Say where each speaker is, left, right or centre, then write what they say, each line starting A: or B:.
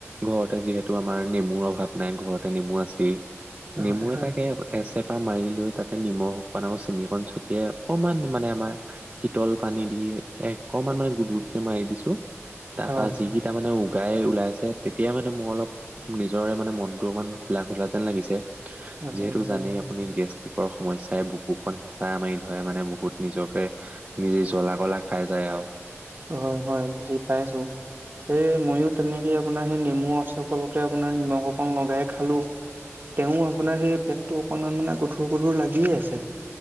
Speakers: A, on the right (about 25°); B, on the right (about 40°).
A: ঘৰতে যিহেতু আমাৰ নেমুৰ অভাৱ নাই ঘৰতে নেমু আছে নেমু
B: হয়
A: এটাকে,
B: হয়
A: এচেপা মাৰি লৈ তাতে নিমখকণ আৰু চেনিকণ ছটিয়াই অকণমান মানে আমাৰ, শীতল পানী দি অকণমান মানে গুট গুটকে মাৰি দিছো তাৰ
B: হয়
A: পৰা যি। এতিয়া মানে উগাই ওলাইছে তেতিয়াই মানে মোৰ অলপ, নিজৰে মানে মনতটো অকমান খোলা খোলা যেন লাগিছে। যিহেতু
B: হয়
A: জানেই
B: হয়
A: আপুনি গেষ্টিকৰ সমস্যাই বুকুখন হেঁচা মাৰি ধৰে মানে বহুত। নিজকে নিজে জ্বলা কলাই খাই যায় আৰু
B: হয় হয় বুজি পাইছো সেই মই তেনেকে আপোনাৰ সেই নেমু সকলকে আপোনাৰ নিমখ অকণ লগাই খালো। তেওঁ আপোনাৰ সেই পেটটো অকমান মানে গধুৰ গধুৰ লাগিয়ে আছে।